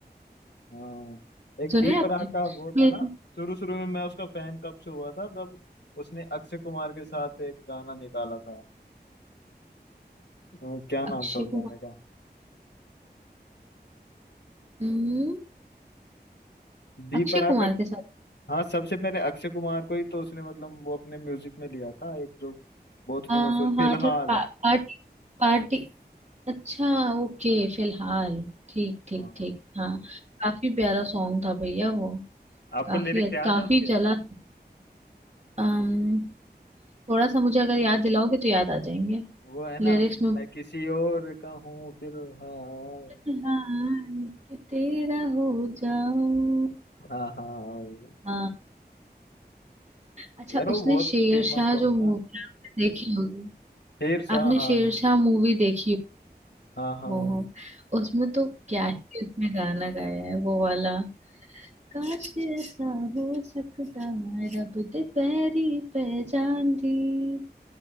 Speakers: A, on the left (about 80°); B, on the right (about 40°).
A: हाँ एक
B: सुने
A: बी
B: हैं आपने
A: प्राक का वो
B: मेरे
A: था ना शुरू शुरू में मैं उसका फैन कब से हुआ था जब उसने अक्षय कुमार के साथ एक गाना निकाला था अ, क्या नाम
B: अक्षय
A: था उस गाने
B: कुमार
A: का
B: हम्म,
A: बी
B: अक्षय
A: प्राक
B: कुमार
A: का
B: के साथ
A: हाँ सबसे पहले अक्षय कुमार को ही तो उसने मतलब वो अपने म्यूजिक में लिया था एक जो बहुत
B: हाँ
A: फेमस हुआ
B: हाँ
A: फिलहाल
B: थोड़ा पा, पार्टी पार्टी अच्छा ओके फिलहाल ठीक ठीक
A: हाँ हाँ।
B: ठीक हाँ काफी प्यारा सॉन्ग था भैया वो
A: आपको
B: काफी
A: लिरिक्स याद
B: काफी
A: है उसके
B: चला अम, थोड़ा सा मुझे अगर याद दिलाओगे तो याद आ जाएंगे
A: वो है ना
B: लिरिक्स में
A: मैं किसी और का हूँ फिलहाल
B: हाय कि तेरा हो जाऊं
A: हाँ हाँ वही।
B: हाँ अच्छा
A: यार वो
B: उसने
A: बहुत
B: शेरशाह
A: फेमस सॉन्ग
B: जो मूवी
A: था
B: आपने देखी होगी
A: शेर शाह
B: आपने
A: हाँ
B: शेरशाह मूवी देखी
A: हाँ हाँ
B: हो हो हो, उसमें तो क्या ही उसने गाना गाया है वो वाला काश ऐसा हो सकता रब दे पैरी पहचान दी